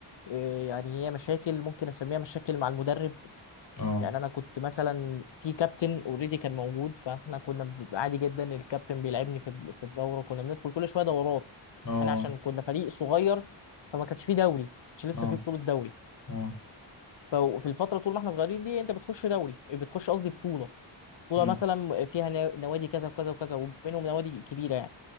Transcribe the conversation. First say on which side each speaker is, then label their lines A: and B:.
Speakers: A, on the left (about 65°); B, on the left (about 40°).
A: إيه يعني هي مشاكل ممكن اسميها مشاكل مع المدرب
B: اه
A: يعني انا كنت مثلا في كابتن اوريدي كان موجود فاحنا كنا بنبقى عادي جدا الكابتن بيلعبني في في الدوره كنا بندخل كل شويه دورات
B: اه
A: احنا عشان كنا فريق صغير فما كانش فيه دوري مش لسه
B: اه
A: فيه بطوله دوري
B: اه اه
A: ففي الفتره طول ما احنا صغيرين دي انت بتخش دوري بتخش قصدي بطوله بطوله
B: امم
A: مثلا فيها نا- نوادي كذا وكذا وكذا وبينهم نوادي كبيره يعني.